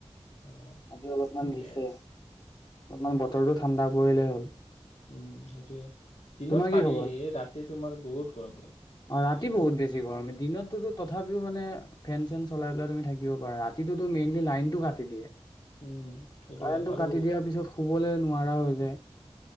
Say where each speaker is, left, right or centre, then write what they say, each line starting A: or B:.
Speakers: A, on the left (about 80°); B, on the left (about 40°).
A: অ
B: আজি অলপমান
A: ঠিকে
B: দিছে
A: আছে
B: অলপমান বতৰটো ঠাণ্ডা পৰিলেই হ'ল
A: উম সেইটোয়ে দিনত
B: তোমাৰ কি
A: পাৰি
B: খবৰ
A: ৰাতি তোমাৰ বহুত গৰম লাগে
B: অ ৰাতি বহুত বেছি গৰম দিনততো তথাপিও মানে ফেন চেন চলাই পেলাই তুমি থাকিব পাৰা ৰাতিটোতো মেইনলি লাইনতটো কাটি দিয়ে
A: উম সেইটোৱে
B: কাৰেণ্টটো
A: আৰু
B: কাটি দিয়াৰ পিছত শুবলৈ নোৱাৰা হৈ হৈছে কোৱা